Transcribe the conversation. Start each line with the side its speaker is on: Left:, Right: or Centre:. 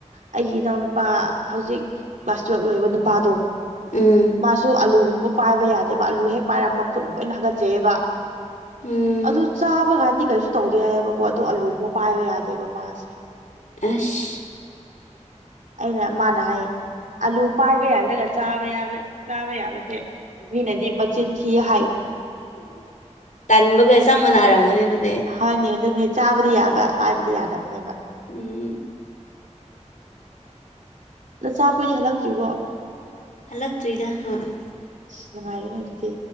Right: ꯑꯩꯒꯤ ꯏꯅꯥꯎꯅꯨꯄꯥ ꯍꯧꯖꯤꯛ ꯀ꯭ꯂꯥꯁ ꯇꯨꯌꯦꯜꯕ ꯂꯣꯢꯕ ꯅꯨꯄꯥꯗꯣ
Left: ꯎꯝ
Right: ꯃꯥꯁꯨ ꯑꯂꯨꯒꯨꯝꯕ ꯄꯥꯏꯕ ꯌꯥꯗꯦꯕ ꯑꯥꯂꯨ ꯍꯦꯛ ꯄꯥꯏꯔꯒ ꯃꯈꯨꯠ ꯂꯣꯏꯅ ꯍꯥꯒꯠꯆꯩꯑꯕ
Left: ꯎꯝ
Right: ꯑꯗꯨ ꯆꯥꯕ ꯀꯥꯟꯗꯤ ꯀꯩꯁꯨ ꯇꯧꯗꯦ ꯍꯥꯏꯌꯦꯕꯀꯣ ꯑꯗꯨ ꯑꯂꯨꯒꯨꯝꯕ ꯄꯥꯏꯕ ꯌꯥꯗꯦꯕ ꯃꯥꯁꯦ
Left: ꯑꯁ
Right: <inaudible> ꯑꯩꯅ ꯃꯥꯅ ꯍꯥꯏꯌꯦ ꯑꯂꯨ ꯄꯥꯏꯕ ꯌꯥꯗ꯭ꯔꯒ ꯆꯥꯕ ꯌꯥꯕ ꯆꯥꯕ ꯌꯥꯕ ꯑꯦ ꯃꯤꯅꯗꯤ ꯃꯆꯤꯟ ꯊꯤ ꯍꯥꯏ
Left: ꯇꯟꯕꯒ ꯆꯞ ꯃꯟꯅꯥꯔꯝꯒꯅꯤ ꯑꯗꯨꯗꯤ
Right: ꯍꯣꯏꯅꯦ ꯑꯗꯨꯅꯤ ꯆꯥꯕꯗꯤ ꯌꯥꯕ ꯄꯥꯏꯕꯗꯤ ꯌꯥꯗꯕꯅꯦꯕ
Left: ꯎꯝ
Right: ꯅꯆꯥꯈꯣꯏꯗꯤ ꯍꯜꯂꯛꯇ꯭ꯔꯤꯕꯣ
Left: ꯍꯜꯂꯛꯇ꯭ꯔꯤꯗ ꯍꯣꯏ
Right: ꯑꯁ ꯅꯨꯡꯉꯥꯏꯔꯦꯅꯦ ꯑꯗꯨꯗꯤ